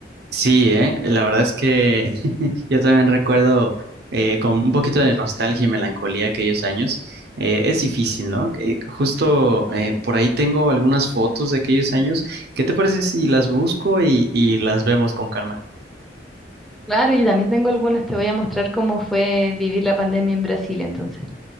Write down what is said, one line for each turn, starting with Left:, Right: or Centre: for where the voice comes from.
Right: Sí, ¿eh? La verdad es que <laughs> yo también recuerdo eh, con un poquito de nostalgia y melancolía aquellos años. Eh, es difícil, ¿no? Eh, justo eh, por ahí tengo algunas fotos de aquellos años. ¿Qué te parece si las busco y, y las vemos con calma?
Centre: Claro, y también tengo algunas, te voy a mostrar cómo fue vivir la pandemia en Brasil entonces.